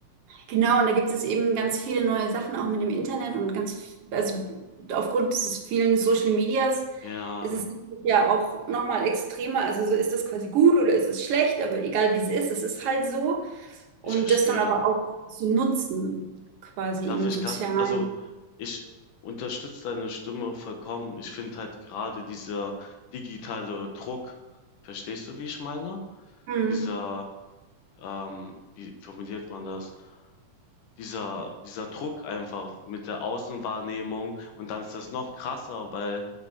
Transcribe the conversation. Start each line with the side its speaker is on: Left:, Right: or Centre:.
Right: Genau, und da gibt es eben ganz viele neue Sachen auch mit dem Internet und ganz, f- also aufgrund dieses vielen Social Medias
Left: Ja,
Right: ist es ja auch nochmal extremer. Also so ist das quasi gut oder ist es schlecht, aber egal wie es ist, es ist halt so.
Left: ich
Right: Und
Left: verstehe.
Right: das dann aber auch zu nutzen, quasi
Left: Darf
Right: im
Left: ich
Right: Sozialen.
Left: kann also, ich unterstütze deine Stimme vollkommen. Ich finde halt gerade dieser digitale Druck verstehst du, wie ich meine?
Right: Mhm.
Left: Dieser, ähm wie formuliert man das? Dieser dieser Druck einfach mit der Außenwahrnehmung und dann ist das noch krasser, weil